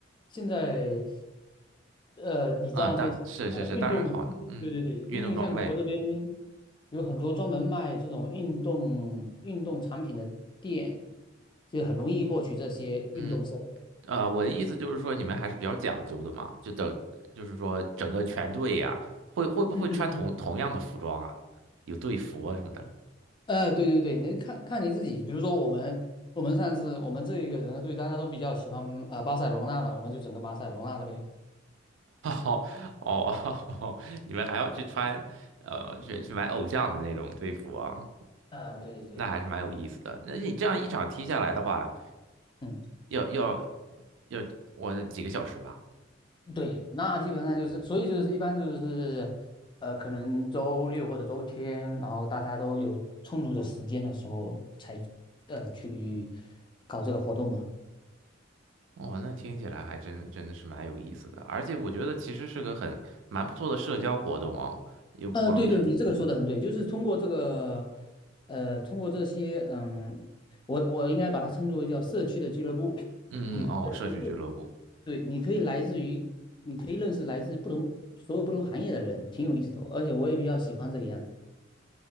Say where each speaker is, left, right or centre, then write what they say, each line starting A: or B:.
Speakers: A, on the left; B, on the right.
A: 现在，呃，你知道那些呃运动，
B: 啊，当是是是，当然好，嗯，
A: 对对对，
B: 运动装备，
A: 因为在美国这边有很多专门卖这种运动运动产品的店，就很容易获取这些运动设备。
B: 嗯，呃，我的意思就是说你们还是比较讲究的嘛，就等就是说整个全队呀、会会不会穿同同样的服装啊？
A: 嗯，
B: 有队服啊什么的？
A: 呃，对对对，你看看你自己，比如说我们我们上次我们这一个整个队大家都比较喜欢呃巴塞罗那了，我们就整个巴塞罗那的呗。
B: 哦哦，<laughs> 你们还要去穿，呃，去去买偶像的那种队服啊，
A: 呃，对对对。
B: 那还是蛮有意思的。那你这样一场踢下来的话，
A: 嗯。
B: 要要要，我几个小时吧？
A: 对，那基本上就是，所以就是一般就是，呃，可能周六或者周天，然后大家都有充足的时间的时候才，呃，去搞这个活动嘛。
B: 哦，那听起来还真真的是蛮有意思的，而且我觉得其实是个很蛮不错的社交活动啊，也不光是，
A: 呃，对对，你这个说的很对，就是通过这个，呃，通过这些，嗯，我我应该把它称作为叫社区的俱乐部，
B: 嗯，
A: 你可以认识各，
B: 哦，社区俱乐部，
A: 对，你可以来自于，你可以认识来自不同所有不同行业的人，挺有意思的哦而且我也比较喜欢这个样子，